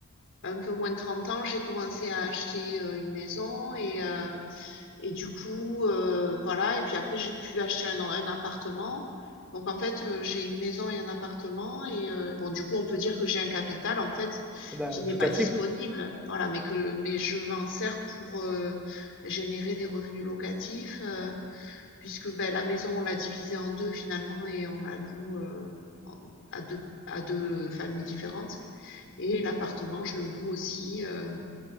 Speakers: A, on the left; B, in the centre.
A: un peu moins de 30 ans, j'ai commencé à acheter euh, une maison et, euh, Et du coup, heu, voilà et puis après j'ai pu acheter un un appartement. Donc en fait, heu, j'ai une maison et un appartement et heu, bon du coup on peut dire que j'ai un capital en fait,
B: Ah Bah,
A: qui n'est
B: tout
A: pas
B: à fait.
A: disponible, voilà, mais que mais je m'en sers pour, heu, générer des revenus locatifs, heu, puisque, ben la maison on l'a divisée en 2 finalement et on la loue, heu, en à 2 à 2 familles différentes et l'appartement je le loue aussi, heu